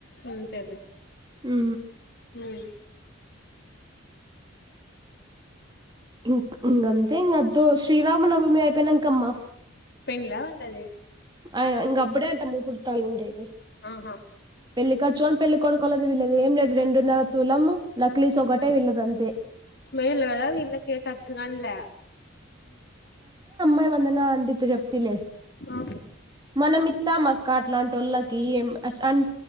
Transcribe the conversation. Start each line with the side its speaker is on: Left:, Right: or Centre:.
Left: అంతేలే
Right: ఉ
Left: హ్మ్
Right: ఇం ఇంగంతే ఎ తో శ్రీరామ్న్నవ మీ అయిపోయినాంక అమ్మా
Left: ఎంలా వండది
Right: అ ఇంక అప్పుడే అంటాముూహుర్తాలు ఉండేది
Left: ఆహా
Right: పెళ్లి కర్చుొని పెళ్లి కొొడకలదుీళ్లేదు ఏం లేదు రెండు నర తూలము నక్లీస్ ఒకటేీళ్లదండి
Left: మేల్ కదా వీళ్ళ కేక వచ్చుగాన్లే
Right: టే వందనాల్ పడితే చెప్తిలీ
Left: ఆ
Right: మనం మీ త్తామక్క అట్లాంటోల్లకి ఏం అట్ల ఆన్